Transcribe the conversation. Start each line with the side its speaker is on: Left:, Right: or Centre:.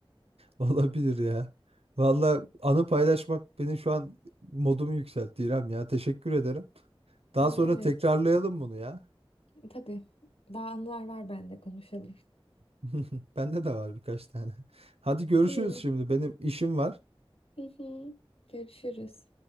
Right: olabilir ya. Valla anı paylaşmak beni şu an modumu yükseltti İrem ya. Teşekkür ederim. Daha
Left: Aa,
Right: sonra
Left: evet,
Right: tekrarlayalım bunu ya.
Left: tabii. Daha anılar var bende konuşalım.
Right: <laughs> Bende de var birkaç tane. Hadi görüşürüz
Left: İyi.
Right: şimdi. Benim işim var.
Left: Hı hı. Görüşürüz.